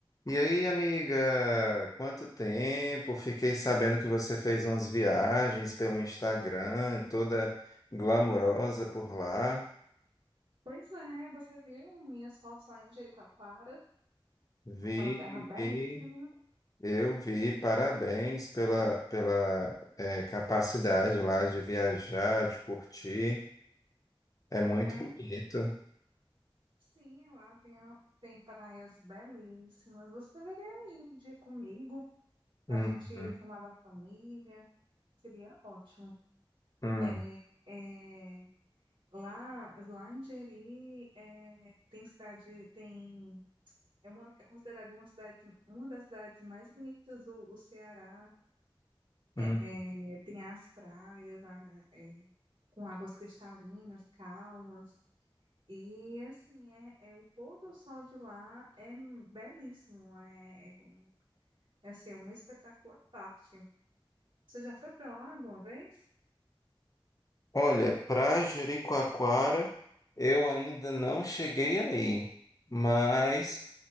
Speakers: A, on the left; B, on the right.
A: E aí, amiga, quanto tempo? Fiquei sabendo que você fez umas viagens pelo Instagram, toda glamourosa por lá.
B: Pois é, você viu minhas fotos lá em Jericoacoara,
A: Vi,
B: aquela terra belíssima.
A: vi, eu vi. Parabéns pela, pela eh, capacidade lá de viajar, de curtir. É muito
B: É,
A: bonito.
B: sim, lá tem, a- tem praias belíssimas. Você deveria ir um dia comigo.
A: Uhum,
B: A gente chamava a família, seria ótimo.
A: uhum,
B: É, é, lá, lá em Jeri, é, tem cidade, tem, é, uma, é considerada uma cidade, uma das cidades mais bonitas do do Ceará.
A: uhum.
B: É, é, tem as praias a- é, com águas cristalinas, calmas. E assim, é, é o pôr do sol de lá é belíssimo. É, é, um- é, assim, é um espetáculo à parte. Você já foi para lá alguma vez?
A: Olha, para Jericoacoara, eu ainda não cheguei aí, mas